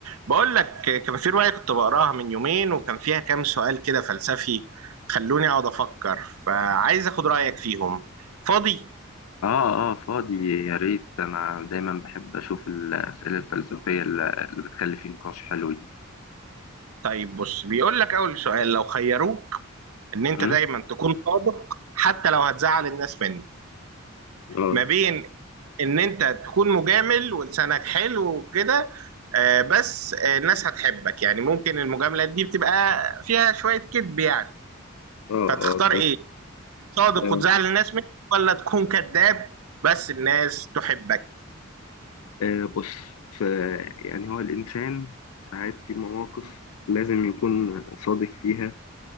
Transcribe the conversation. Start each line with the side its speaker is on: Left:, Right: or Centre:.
Right: بقول لك كان في رواية كنت بقراها من يومين وكان فيها كام سؤال كده فلسفي خلوني اقعد افكر فعايز اخد رأيك فيهم فاضي
Left: اه اه فاضي يا ريت انا دايما بحب اشوف الاسئله الفلسفيه اللي اللي بتخلي في نقاش حلو دي
Right: طيب بص بيقول لك اول سؤال لو خيروك ان انت
Left: مم؟
Right: دايما تكون صادق حتى لو هتزعل الناس منك
Left: اه
Right: ما بين ان انت تكون مجامل ولسانك حلو وكده آه، بس آه، الناس هتحبك يعني ممكن المجاملات دي بتبقى فيها شوية كذب يعني
Left: اه
Right: فتختار
Left: اه ف-
Right: ايه صادق
Left: آه،
Right: وتزعل الناس منك ولا تكون كذاب بس الناس تحبك
Left: آه، بص ف يعني هو الانسان ساعات في مواقف لازم يكون صادق فيها